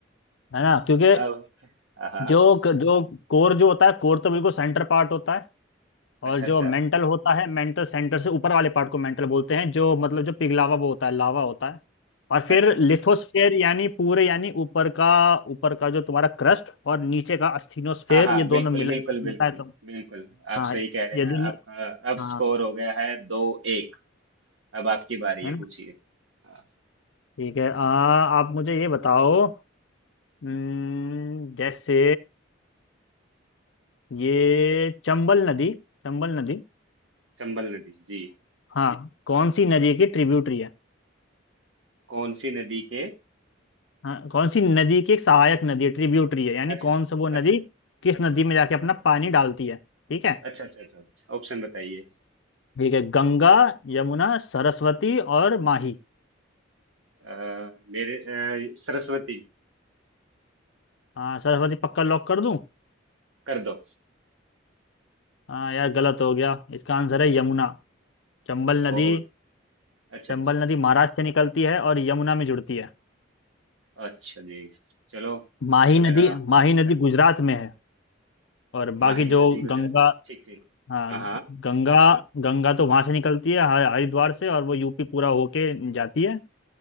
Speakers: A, on the left; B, on the right.
A: है ना क्योंकि
B: अब हाँ हाँ
A: जो जो कोर जो होता है कोर तो बिल्कुल सेंटर पार्ट होता है
B: अच्छा
A: और जो
B: अच्छा
A: मेंटल होता है मेंटल सेंटर से ऊपर वाले पार्ट को मेंटल बोलते हैं जो मतलब जो पिघलावा वो होता है लावा होता है और फिर
B: अच्छा अच्छा
A: लिथोस्फेयर यानी पूरे यानी ऊपर का ऊपर का जो तुम्हारा क्रस्ट और नीचे का अस्थिनोस्फेयर
B: हाँ हाँ
A: ये दोनों
B: बिल्कुल
A: मिला
B: बिल्कुल
A: के
B: बिल्कुल
A: बनता है तो
B: बिल्कुल आप
A: हाँ
B: सही कह रहे
A: यदि
B: हैं
A: मैं-
B: आपका अब
A: हाँ
B: स्कोर हो गया है दो एक अब आपकी बारी
A: है
B: है
A: ना
B: पूछिए हाँ
A: ठीक है आ, आप मुझे ये बताओ हम्म, जैसे ये चंबल नदी चंबल नदी
B: चंबल नदी जी
A: हाँ कौन सी नदी की ट्रिब्यूटरी है
B: कौन सी नदी के
A: हाँ कौन सी नदी की एक सहायक नदी है, ट्रिब्यूटरी है यानी
B: अच्छा
A: कौन सा वो नदी
B: अच्छा
A: किस नदी में जाके अपना पानी डालती है ठीक है
B: अच्छा अच्छा अच्छा ऑप्शन बताइए
A: ठीक है गंगा यमुना सरस्वती और माही
B: अ, मेरे अ, सरस्वती
A: हाँ सरस्वती पक्का लॉक कर दूं
B: कर दो
A: हाँ यार गलत हो गया इसका आंसर है यमुना चंबल
B: ओ
A: नदी
B: अच्छा
A: चंबल
B: अच्छा
A: नदी महाराष्ट्र से निकलती है और यमुना में जुड़ती है
B: अच्छा जी चलो
A: माही नदी
B: अ,
A: माही नदी गुजरात में है और बाकी
B: माही
A: जो
B: नदी
A: गंगा
B: गुजरात ठीक ठीक
A: हाँ
B: हाँ हाँ
A: गंगा गंगा तो वहां से निकलती है ह- हरिद्वार से और वो यूपी पूरा होके जाती है